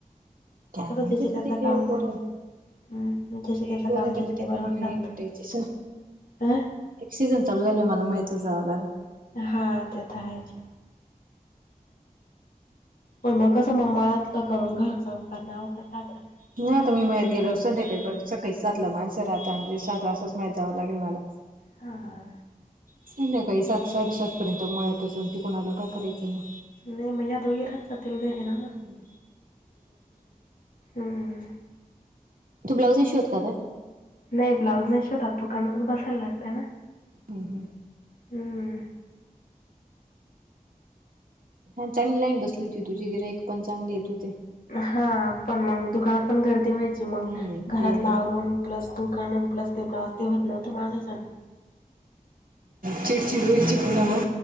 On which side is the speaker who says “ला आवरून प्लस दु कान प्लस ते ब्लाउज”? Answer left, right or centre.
Left